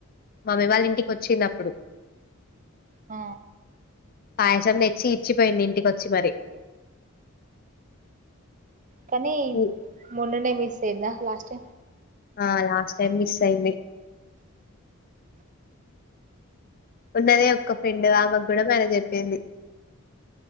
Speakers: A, on the left; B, on the right.
A: మమ్మీ వాళ్ళ ఇంటికి వచ్చింది అప్పుడు
B: ఆ
A: పాయసం నెచ్చి ఇచ్చిపోయింది ఇంటికొచ్చి మరి
B: కానీ
A: హ్మ్.
B: మొడునే మిస్ అయ్యందా లాస్ట్
A: ఆ లాస్ట్ టైమ్ మిస్ అయింది ఉన్నదే ఒక్క ఫ్రెండ్ ఆమెకు కూడా మేర చెప్పింది